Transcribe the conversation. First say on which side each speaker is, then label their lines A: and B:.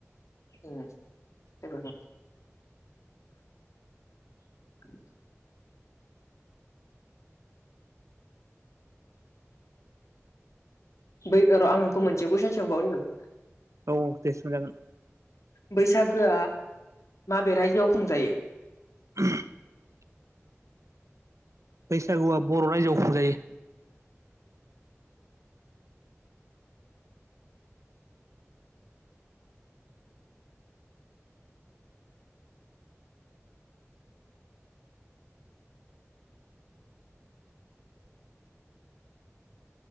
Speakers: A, on the left; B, on the right.
A: उ जेबो <inaudible> बै र' आं नोंखौ मोनसे कुइसन सोंबावनो
B: औ दे सोंजागोन
A: बैसागोआ माबे राइजोआव खुंजायो
B: <inaudible> बैसागुवा बर' रायजोआव खुंजायो